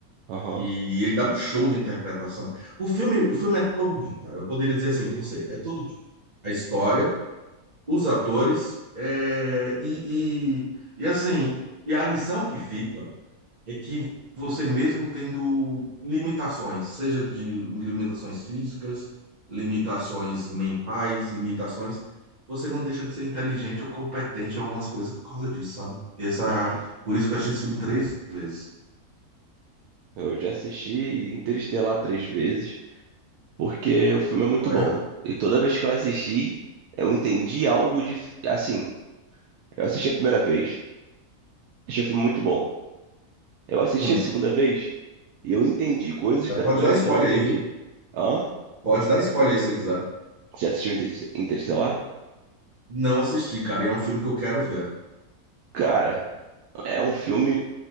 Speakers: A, on the right; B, on the right.
A: Aham.
B: E ele dá um show de interpretação. O filme, o filme é todo bom, cara. Eu poderia dizer assim para você, é todo bom. A história, os atores, é, e, e, e assim, e a lição que fica é que você mesmo tendo limitações, seja de limitações físicas, limitações mentais, limitações, você não deixa de ser inteligente ou competente em algumas coisas por causa disso, sabe? Essa,
A: Uhum.
B: por isso que eu achei esse filme três vezes.
A: Eu já assisti Interestelar três vezes, porque o filme é muito
B: Olha,
A: bom. E toda vez que eu assisti, eu entendi algo de. Assim, eu assisti a primeira vez, achei o filme muito bom. Eu assisti
B: hum,
A: a segunda vez e eu entendi coisas que da
B: pode
A: primeira
B: dar
A: vez
B: spoiler
A: eu não entendi.
B: aí, viu?
A: Hã?
B: Pode dar spoiler aí se você quiser.
A: Já assistiu Inter- Interestelar?
B: Não assisti, cara, e é um filme que eu quero ver.
A: Cara, é um filme